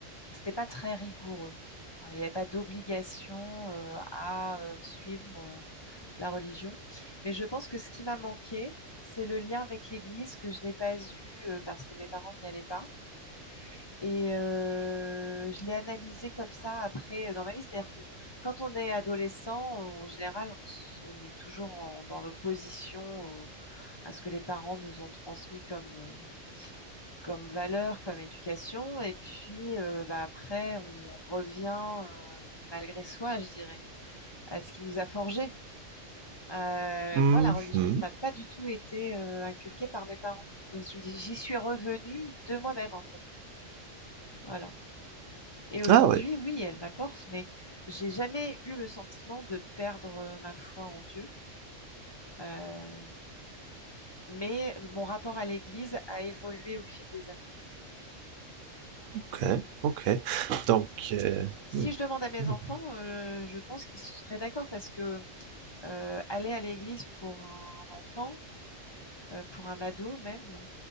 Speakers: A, on the left (about 35°); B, on the right (about 75°).
A: c'était pas très rigoureux. Enfin, Il n'y avait pas d'obligation euh, à euh, suivre euh, la religion. Mais je pense que ce qui m'a manqué, c'est le lien avec l'Église que je n'ai pas eu euh, parce que mes parents n'y allaient pas. Et euh, je l'ai analysé comme ça après euh, dans ma vie. C'est-à-dire que quand on est adolescent, en général, on, s- on est toujours en- dans l'opposition au- à ce que les parents nous ont transmis comme, euh, comme valeur, comme éducation. Et puis euh, bah, après, on revient euh, malgré soi, je dirais, à ce qui nous a forgé. Euh,
B: Mhm.
A: moi, la religion ne m'a pas du tout été euh, inculquée par mes parents. Donc j'y j'y suis revenue de moi-même, en fait. Voilà. Et aujourd'hui,
B: Ah ouais,
A: oui, elle m'apporte, mais j'ai jamais eu le sentiment de perdre euh, ma foi en Dieu. Euh, mais mon rapport à l'Église a évolué au fil des années.
B: ok, ok. Donc, euh,
A: Si
B: hmm,
A: je demande à mes
B: hmm,
A: enfants, euh, je pense qu'ils seraient d'accord parce que euh, aller à l'Église pour un enfant, euh, pour un ado même,